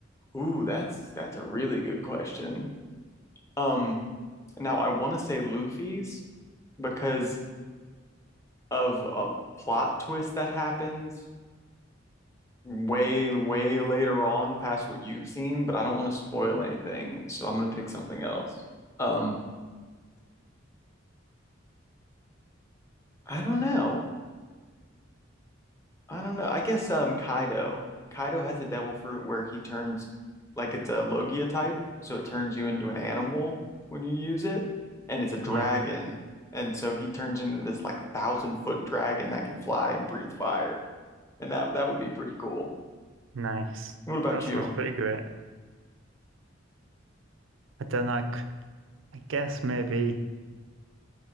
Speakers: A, on the left; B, on the right.
A: Ooh, that's that's a really good question. Um, now I want to say Luffy's because of a plot twist that happens way, way later on past what you've seen, but I don't want to spoil anything, so I'm gonna pick something else. Um, I don't know. I don't know. I guess um Kaido. Kaido has a devil fruit where he turns like it's a Logia type, so it turns you into an animal when you use it, and it's a dragon.
B: Yeah,
A: And so he turns into this like thousand foot dragon that can fly and breathe fire. And that that would be pretty cool.
B: nice.
A: What about
B: That sounds
A: you?
B: pretty great. I don't like. I guess maybe.